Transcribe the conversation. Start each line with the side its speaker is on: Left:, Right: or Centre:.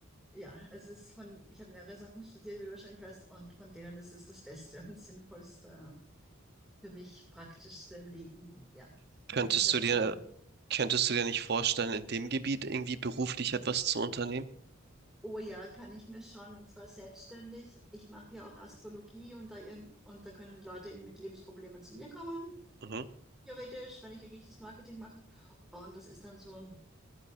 Centre: ja, es ist von, ich habe mehrere Sachen studiert, wie du wahrscheinlich weißt, und von denen ist es das Beste und Sinnvollste, für mich Praktischste im Leben. Und ja,
Right: Könntest
Centre: ich bin sehr
Right: du dir,
Centre: froh darüber.
Right: könntest du dir nicht vorstellen, in dem Gebiet irgendwie beruflich etwas zu unternehmen?
Centre: Oh ja, kann ich mir schon, und zwar selbstständig. Ich mache ja auch Astrologie und da, irgend- und da können die Leute eben mit Lebensproblemen zu mir kommen,
Right: Mhm.
Centre: theoretisch, wenn ich eigentlich das Marketing mache. Und das ist dann so.